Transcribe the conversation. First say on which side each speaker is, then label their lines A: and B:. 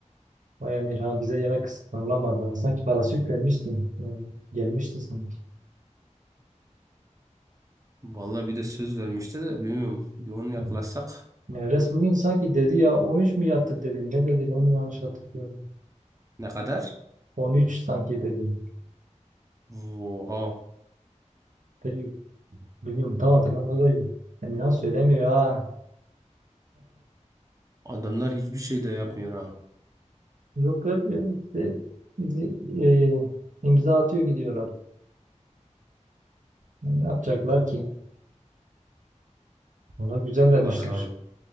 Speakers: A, on the right; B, on the right.
A: Vay Emirhan bize yemek ısmarlamadı. Sanki parası yüklenmişti. Ha, Gelmişti sanki.
B: Vallahi bir de söz vermişti de bilmiyorum. Bir onu yakalasak
A: Hı. Nevres bugün sanki dedi ya 13 mi yattı dedi. Ne dedi ben mi yanlış hatırlıyorum.
B: ne kadar?
A: 13 sanki dedi.
B: Oha.
A: Dedi, Bilmiyorum tam hatırlamıyorum. Emirhan söylemiyor ha.
B: Adamlar hiçbir şey de yapmıyor ha.
A: Yok yok yok, işte bizi e, imza atıyor gidiyorlar. Ne yapacaklar ki? Valla güzel vermişler.
B: Allah helal olsun.